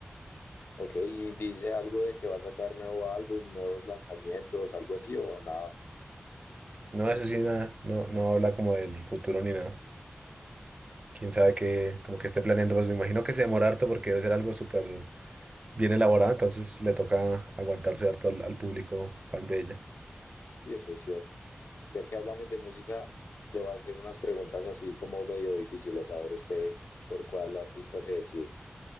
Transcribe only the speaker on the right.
No, eso sí, nada. No, no habla como del futuro ni nada. Quién sabe qué, como que esté planeando, pues me imagino que se demora harto porque debe ser algo súper bien elaborado, entonces le toca aguantarse harto al, al público fan de ella.